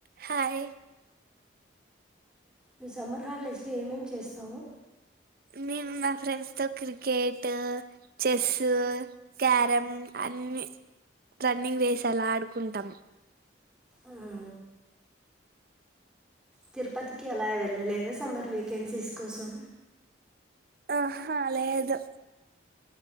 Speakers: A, on the right; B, in the centre.
A: Hi
B: నువ్ summer హాలిడేస్లో ఏమేమి చేస్తావు
A: మేము మా ఫ్రెండ్స్ తో క్రికెట్ చెస్ క్యారం అన్ని రన్నింగ్ రేస్ అలా ఆడుకుంటాము
B: ఆహా తిరుపతికి అలా వెళ్ళలేద సమ్మర్ వేకెన్సీస్ కోసం
A: ఆహా లేదు